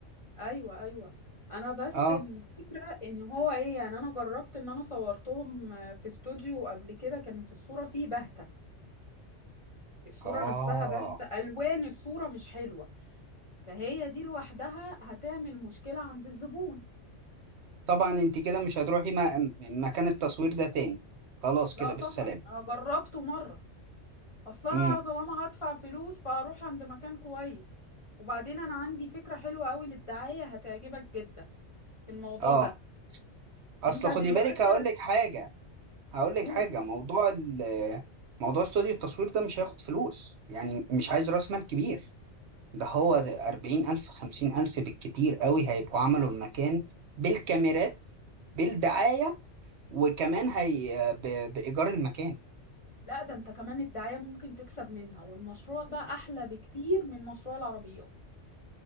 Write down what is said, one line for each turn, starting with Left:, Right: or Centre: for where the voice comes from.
Left: ايوه ايوه انا بس
Right: اه
Left: الفكرة ان هو ايه يعني انا جربت ان انا صورتهم آه، في استوديو قبل كده كانت الصورة فيه باهتة الصورة
Right: اه
Left: نفسها باهتة الوان الصورة مش حلوة فهي دي لوحدها هتعمل مشكلة عند الزبون
Right: طبعا انت كده مش هتروحي م- مكان التصوير ده تاني خلاص كده
Left: لا
Right: بالسلامة
Left: طبعا انا جربته مرة اصل انا
Right: امم
Left: طالما هدفع فلوس فهروح عند مكان كويس وبعدين انا عندي فكرة حلوة قوي للدعاية هتعجبك جدا في الموضوع
Right: اه
Left: ده
Right: اصل
Left: انت دلوقتي
Right: خدي بالك هقول لك حاجة هقول لك
Left: هتقول
Right: حاجة موضوع ال موضوع استوديو التصوير ده مش هياخد فلوس يعني مش عايز راس مال كبير ده هو أربعين ألف خمسين ألف بالكتير قوي هيبقوا عملوا المكان بالكاميرات بالدعاية وكمان هي ب... بإيجار المكان
Left: لا ده انت كمان الدعاية ممكن تكسب منها والمشروع ده احلى بكتير من مشروع العربيات